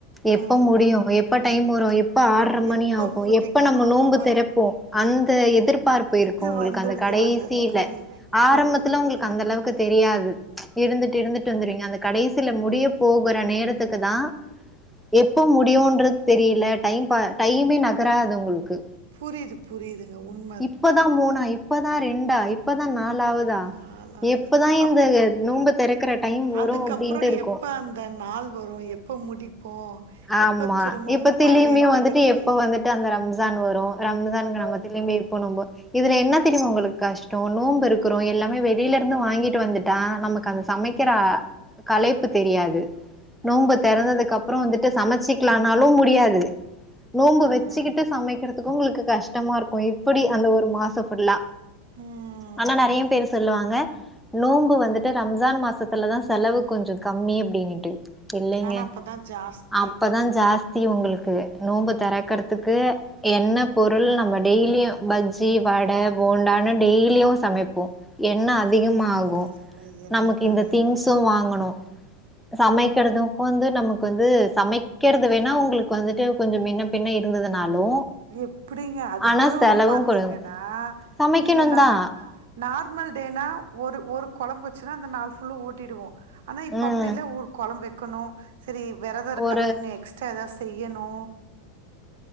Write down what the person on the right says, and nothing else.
ஆ
எப்ப
முடிக்கு
அப்ப
இது
வந்துடுது
வந்துடுது புரியுது
புரியுது புரியுதுங்க
புரியிது புரியிதுங்க உண்
நாள் ஆகுது
அப்
அதுக்கப்றோ
எப்ப அந்த நாள் வரும் எப்ப முடிப்போ
எப்ப திரும்பவு
பழைய படிக்கு
ம்
ம்
ஆனா அப்பதா ஜாஸ்தி
புரியுது
புரியுதுங்க என்ன
நெறையா
ஆகு
எப்டிங்க அதுக்குட
வந்து பாத்தீங்கன்னா
நீங்க நம்ப நார்மல் டேனா ஒரு ஒரு கொழம்பு வச்சுனா அந்த நாள் ஃபுல்லு ஓட்டிடுவோ ஆனா இப்ப
அப்டி இல்ல ஒரு கொழம்பு வைக்கணு சரி வறத இருக்காங்கனு
எக்ஸ் ற்ற எதா செய்யணு